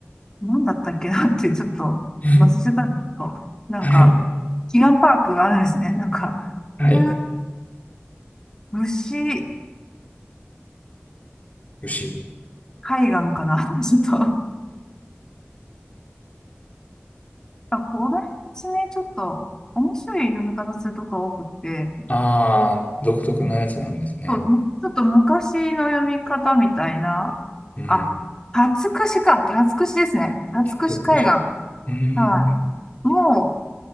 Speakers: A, on the left; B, on the left.
A: なんだったっけなってちょっと忘れちゃったんですけど、
B: <laughs>
A: なんか、
B: はい、
A: 祈願パークがあるんですね。なんか、
B: はい、
A: いう牛
B: 牛。
A: 海岸かな。<laughs> ちょっと、あ、この地ね、ちょっと面白い読み方するとこが多くて、
B: <laughs> ああ、独特なやつなんですね。
A: うんそうむちょっと昔の読み方みたいな、
B: うん、
A: あ、辰串か、辰串ですね。辰串海岸。
B: 鉄牛。うん、
A: はい。も